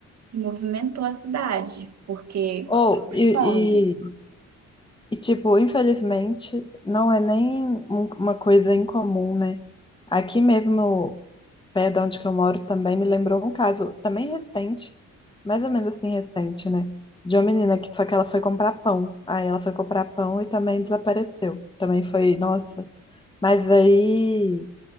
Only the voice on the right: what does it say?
movimentou a cidade, porque
como é que
some?